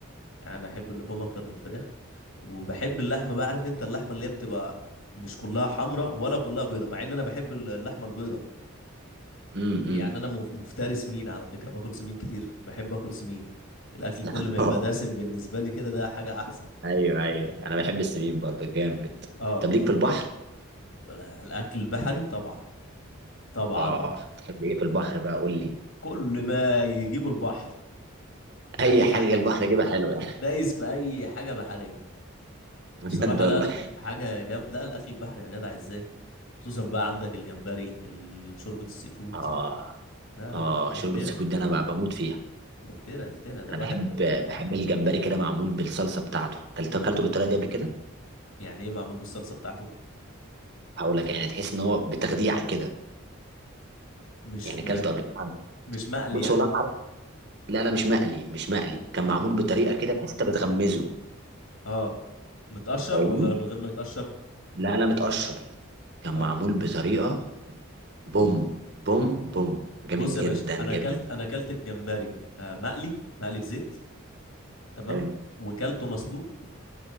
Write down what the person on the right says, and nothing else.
امم
امم
<laughs>
ايوه ايوه انا بحب السمين برضه جامد
طب ليك
في البحر
اه تحب ايه في البحر بقى قول لي
اي
حاجه
البحر جيبها حلوه يعني
<laughs> بجد
والله
اه
اه
شوربه سكوت دي انا ب- بموت فيها
انا
بحب
بحب الجمبري كده معمول بالصلصه بتاعته كلت اكلته بالطريقه دي قبل كده
هقول لك يعني تحس ان هو بتخديعه كده
يعني
اكلته قبل كده
بص
والله عارف لا لا مش مقلي مش مقلي كان معمول
بطريقه كده تحس انت بتغمزه
فاهمني
لا لا متقشر كان
معمول بطريقه بوم بوم بوم جامد
جدا
جدا
حلو